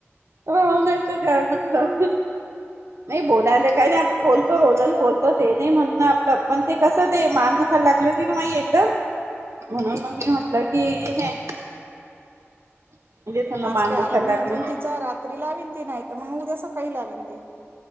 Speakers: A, on the right (about 70°); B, on the right (about 50°).
A: ह नाहीत काय
B: हम्म
A: म्हधलं नाही. बोलायला काही नाही. आपण बोलतो रोजच बोलतो ते नाही म्हणण आपलं पण ते कसं ते मान दुखायला लागले होते ना माई एकदम म्हणून मग मी म्हटलं की हे. म्हणजे समजा मान
B: आज काही
A: दुखायला
B: आला नाही
A: लागले
B: अजून तिच्या रात्री लावीन ती नाही. तर मग उद्या सकाळी लावीन ती.